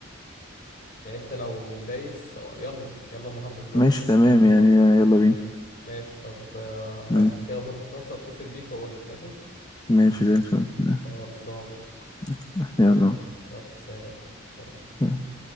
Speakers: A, on the left; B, on the left.
A: يعني انت لو دايس أو- يلا يلا النهارده دلوقتي
B: ماشي تمام يعني آه، يلا بينا
A: ماشي طب آه،
B: آه،
A: هلبس كده اظبط نفسي واتصل بيك واقول لك ماشي
B: ماشي زي الفل آه،
A: خلصان
B: آه، يلا
A: ماشي يلا سلام سلام.
B: آه.